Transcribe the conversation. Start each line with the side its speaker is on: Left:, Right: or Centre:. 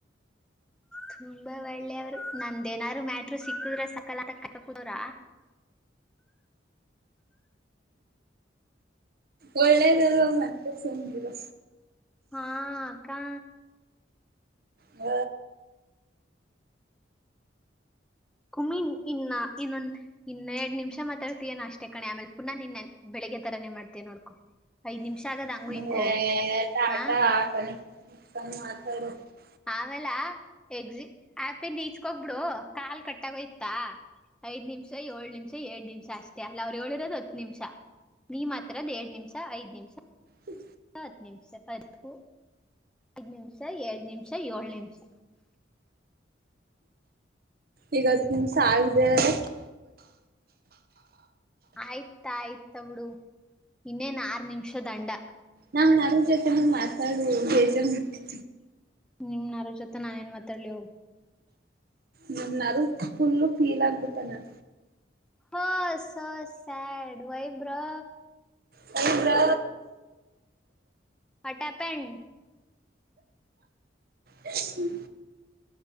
Centre: ತುಂಬಾ ಒಳ್ಳೆ ಅವರು ನಂದೇನಾರರು ಮ್ಯಾಟ್ರರು ಸಿಕ್ಕುದ್ರ ಸಕಾಲ ತುದ್ರ
Right: ಒಳ್ಳೇದಲ್ವ ಮತ್ತೆ ಸುಮ್ನಿರು
Centre: ಹಾ ಅಕ್ಕಾ
Right: ಹ್
Centre: ಕುಮಿನ್ ಇನ್ನ ಇನ್ನೊಂದ್ ಇನ್ನೆರಡ್ ನಿಮಿಷ ಮಾತಾಡ್ತೀಯ ನ ಅಷ್ಟೇ ಕಣೆ ಆಮೇಲೆ ಪುನಃ ನಿನ್ನೆ ಬೆಳಿಗ್ಗೆ ತರಾನೇ ಮಾಡ್ತೀ ನೋಡ್ಕೊ ಐದ್ ನಿಮಿಷ
Right: ಹ
Centre: ಆಗದ ಹಂಗು ಹಿಂಗು
Right: ಆಟ
Centre: ಹ
Right: ಹ
Centre: ಆಮ್ಯಾಲ ಎಕ್ಸಿ ಅಪೆಂದ್ ಎಚ್ಚಗೋಗ್ ಒಬ್ರು ಕಾಲ್ ಕಟ್ಟಾಗೋಯ್ತಾ ಐದ್ ನಿಮಿಷ ಏಳ ನಿಮಿಷ ಏಡ್ ನಿಮಿಷ ಅಷ್ಟೇ ಅಲ್ಲ ಅವ್ರರು ಹೇಳಿರೋದು ಹತ್ತು ನಿಮಿಷ ನೀ ಮಾತಾಡಿರದು ಎರಡ್ ನಿಮಿಷ ಇಲ್ಲ ಐದ್ ನಿಮಿಷ
Right: ಹ್ಮ
Centre: ಇಲ್ಲ ಹತ್ತು ನಿಮಿಷ ಹತ್ತು ಐದು ನಿಮಿಷ ಎರಡ್ ನಿಮಿಷ ಏಳು ನಿಮಿಷ
Right: ಈಗ ಹತ್ ನಿಮ ಸ ಆಗ್ದೇಹೋದ್ರೆ
Centre: ಆಯ್ತಾ ಆಯ್ತಾ ಬಿಡು ಇನ್ನೇನ್ ಆರ್ ನಿಮಿಷ ದಂಡ
Right: ನಮ್ ನಾ ಜೊತೆ ಹಂಗ ಮಾತಾಡು ಬೇಜಾರ್ ಮಾಡ್ಕೊ
Centre: ನಿಮ್ನಾರ ಜೊತೆ ನಾ ಏನ್ ಮಾತಾಡ್ಲಿ ಹೋಗ
Right: ನ ನಾರು ಫುಲ್ಲು ೀಲ್ ಆಗ್ಬೇಕಟಾನ
Centre: ಹ ಸ said why bro
Right: why bro
Centre: what happen
Right: ಹ್ಮ್